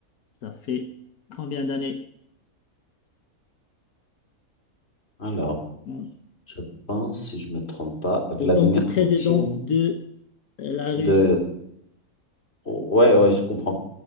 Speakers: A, on the left (about 80°); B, on the left (about 45°).
A: Ça fait combien d'années
B: alors,
A: en
B: je pense, si je me trompe pas, Vladimir
A: en tant que président
B: Poutine
A: de la
B: de,
A: Russie?
B: ouais, ouais, je comprends.